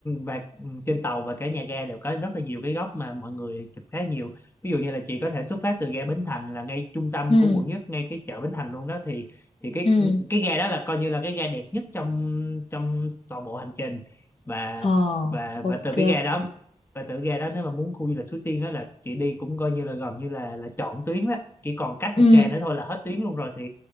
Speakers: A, on the left; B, on the left.
A: và trên tàu và cả nhà ga đều có rất là nhiều cái góc mà mọi người chụp khá nhiều. Ví dụ như là chị có thể xuất phát từ ga Bến Thành là ngay trung tâm
B: Ừ,
A: của quận nhất, ngay cái chợ Bến Thành luôn đó thì thì cái
B: ừ,
A: cái ga đó là coi như là cái ga đẹp nhất trong trong toàn bộ hành trình và
B: Ờ,
A: và
B: ok.
A: và từ cái ga đó và từ cái ga đó nếu mà muốn khu du lịch Suối Tiên đó là chị đi cũng coi như là gần như là là trọn tuyến đó, chỉ còn cách
B: ừ,
A: một ga nữa thôi là hết tuyến luôn rồi thì